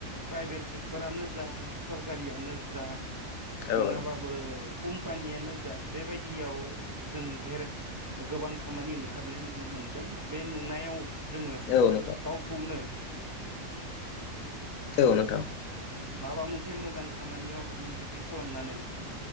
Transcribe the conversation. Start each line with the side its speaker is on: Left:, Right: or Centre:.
Right: प्राइभेट सेक्टरानो जा सरकारियानो जा
Left: औ
Right: नङाबाबो
Left: नोंथां
Right: कम्पानियानो जा बेबायदियाव जों धेर गोबां खामानि ओंखारनाय नुनो मोनो। मोनदों बे नुनायाव जोङो
Left: औ नोंथां औ
Right: गावखौनो
Left: नोंथां
Right: माबा मोनसे मोजां खामानियाव निजुथि खालामनानै